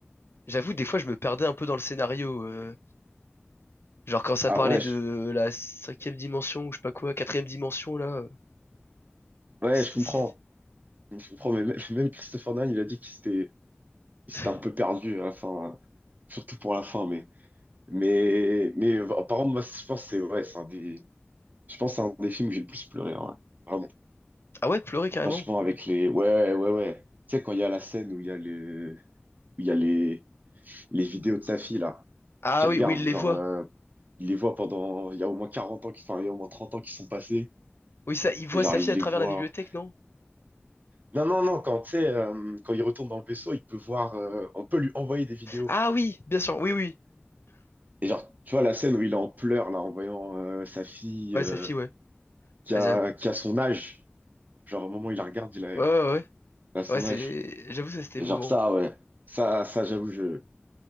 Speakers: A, on the left; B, on the right.
A: j'avoue des fois je me perdais un peu dans le scénario euh, Genre quand ça
B: Ah
A: parlait
B: ouais,
A: de
B: je,
A: la cinquième dimension ou je sais pas quoi, quatrième dimension là, euh,
B: ouais,
A: c'était...
B: je comprends.
A: c'est-
B: Je comprends, mais même, même Christopher Nolan, il a dit qu'il s'était il
A: <laughs>
B: s'était un peu perdu à la fin, euh, surtout pour la fin, mais mais mais euh, par contre, moi, je pense que c'est ouais, c'est un des je pense que c'est un des films où j'ai le plus pleuré, hein, ouais. Vraiment.
A: Ah ouais, pleurer carrément.
B: Franchement, avec les ouais, ouais, ouais. ouais. Tu sais quand il y a la scène où il y a le où il y a les les vidéos de sa fille là
A: Ah
B: qui regarde
A: oui, oui, il
B: où
A: les
B: genre
A: voit.
B: euh, il les voit pendant il y a au moins 40 ans qui enfin, il y a au moins 30 ans qui sont passés
A: Oui, ça, il voit
B: Genre,
A: sa fille
B: il
A: à
B: les
A: travers
B: voit.
A: la bibliothèque, non?
B: Non, non, non, quand, tu sais, euh, quand il retourne dans le vaisseau, il peut voir, euh, on peut lui envoyer des vidéos.
A: Ah oui, bien sûr, oui, oui.
B: Et genre, tu vois la scène où il est en pleurs, là, en voyant euh, sa fille
A: Ouais,
B: euh,
A: sa fille, ouais.
B: qui
A: Ouais,
B: a,
A: j'avoue-
B: qui a son âge. Genre, au moment où il la regarde, il a,
A: ouais,
B: elle
A: ouais. Ouais,
B: a son
A: Ouais, c'est...
B: âge.
A: J'avoue, ça, c'était
B: Et
A: émouvant.
B: genre, ça, ouais. Ça, ça, j'avoue, je,